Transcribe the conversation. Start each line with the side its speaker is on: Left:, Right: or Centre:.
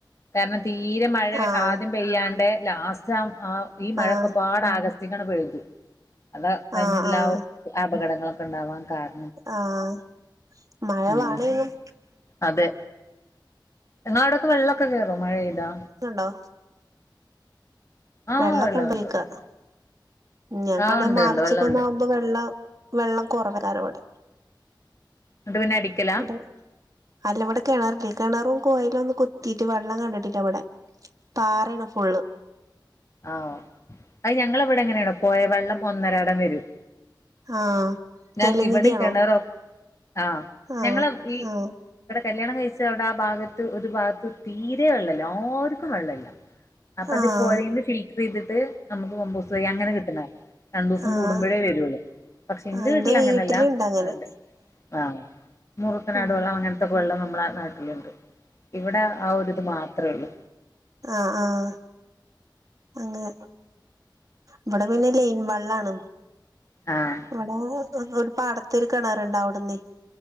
Left: കാരണം തീരെ മഴ
Right: ആഹ്
Left: ആദ്യ പെയ്യാണ്ടെ ലാസ്റ്റ് ആഹ് ഈ മഴൊക്കെ
Right: ആഹ്
Left: പാട് ആഗസ്റ്റ്ക്കാണ്ട് പെയ്തു. അതാ കഴിഞ്ഞതിലാവോ
Right: ആഹ് ആഹ്
Left: അപകടങ്ങളൊക്കെ ഇണ്ടാവാൻ കാര
Right: ആഹ്, മഴ
Left: ഉം
Right: വാണേനും.
Left: അതെ. നിങ്ങളാടൊക്കെ വെള്ളൊക്കെ കേറൊ മഴെയ്താ.
Right: ത്ണ്ടോ?
Left: ആഹ്
Right: വെള്ളൊക്കെ
Left: വെള്ളമുണ്ട്
Right: ഇണ്ടൽക്ക.
Left: ഉണ്ട്
Right: ഞങ്ങക്കാണെ
Left: ആഹ് ഉണ്ട്
Right: മാർച്ചൊക്കെ
Left: ഉണ്ട് വെള്ളമുണ്ട്
Right: ഒന്നാവുമ്പോ വെള്ളം വെള്ളം കൊറവ ഒരരവിടം.
Left: എന്നിട്ട് പിന്നെ അടിക്കലാ
Right: ഇവിടെ, അല്ല ഇവിടെ കെണറില്ലേ, കെണറും കൊയലും ഒന്നും കുത്തിയിട്ട് വെള്ളം കണ്ടിട്ടില്ല ഇവിടെ. പാറേണ് ഫുള്ള്.
Left: ആഹ് അത് ഞങ്ങളെ ഇവിടെ അങ്ങനെയണ്‌. പോയാ വെള്ളം ഒന്നരാടം വരും.
Right: ആഹ്
Left: ഞ
Right: ജലനിധിയാണോ
Left: ഇവിടെയും കിണറോ, ആഹ്.
Right: ആഹ്
Left: ഞങ്ങള് ഈ
Right: ആഹ്
Left: ഇവിടെ കല്ല്യാണം കഴിച്ച അവിടെ ആ ഭാഗത്ത് ഒരു ഭാഗത്ത് തീരെ വെള്ളല്ലാ, ആർക്കും വെള്ളല്ലാ. അപ്പൊ അത്
Right: ആഹ്
Left: പൊഴേന്ന് ഫിൽറ്ററെയ്തിട്ട് നമുക്ക് പമ്പൗസ് വഴി, അങ്ങനെ കിട്ടണതാ. രണ്ടു ദിവസം
Right: ആഹ്
Left: കൂടുമ്പഴേ വരൂള്ളു. പക്ഷെ ഇന്റെ
Right: എന്റെ
Left: വീട്ടില്
Right: വീട്ടിലുണ്ട്
Left: അങ്ങനെല്ല,
Right: അങ്ങനെ
Left: വെള്ളണ്ട്. ആഹ് മുറുക്കനാടു
Right: ഉം
Left: വെള്ളം അങ്ങന ത്തൊക്കെ വെള്ളം നമ്മളെ ആഹ് നാട്ടില്ണ്ട്. ഇവിടെ ആ ഒരിത് മാത്രേ ഉള്ളൂ.
Right: ആഹ ആഹ അങ്ങനെ ഇവിടെ പിന്നെ ലൈൻ വെള്ളാണ്
Left: ആഹ്
Right: ഇവിടെ ഒരു പാടത്ത് ഒരു കിണർ ഉണ്ടെ അവിടന്നെ